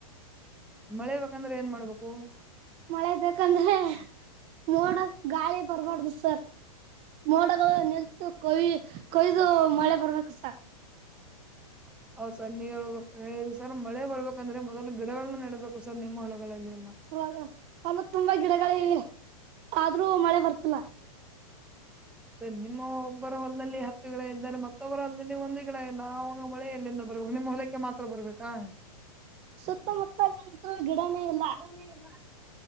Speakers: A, in the centre; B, on the right (about 30°).
A: ಮಳೆ ಬೇಕಂದ್ರ ಏನ್ ಮಾಡ್ಬೇಕು.
B: ಮಳೆ ಬೇಕಂದ್ರ ಮೋಡಕ್ ಗಾಳಿ ಬರ್ಬಾರ್ದು ಸರ್. ಮೋಡಗಳು ನಿತ್ತು ಕೊಯ ಕೊಯ್ದು ಮಳೆ ಬರ್ಬೇಕು ಸರ್.
A: ಹೌದ್ ಸರ್ ನೀವ ಹೇಳೋದು ಕರೆ ಸರ್ ಮಳೆ ಬರ್ಬೇಕಂದ್ರೆ ಮೊದಲು ಗಿಡಗಳನ್ನ ನೇಡ್ಬೇಕು ಸರ್ ನಿಮ್ಮ ಹೊಲಗಳಲ್ಲ ಎಲ್ಲಾ.
B: ಅವಗ ಹೊಲ್ದ ತುಂಬಾ ಗಿಡಗಳ ಇವೆ ಆದ್ರೂ ಮಳೆ ಬರ್ತಲ್ಲ.
A: ಸ ನಿಮ್ಮ ಒಬ್ಬರ ಹೊಲದಲ್ಲಿ ಹತ್ತು ಗಿಡ ಇದ್ದೆ ಮತ್ತೊಬ್ಬರ ಹೊಲ್ದದಲ್ಲಿ ಒಂದು ಗಿಡಲ್ಲ ನಾಗ ಮಳೆ ಎಲ್ಲಿಂದ ಬರುವಾಗ ನಿಮ್ಮ ಹೊ ಕ್ಕೆ ಮಾತ್ರ ಬರ್ಬೇಕಾ.
B: ಸುತ್ತಮುತ್ತಲ ಅಂತ್ರು ಗಿಡನೇ ಇಲ್ಲ.
A: ನೇ ಇಲ್ಲ.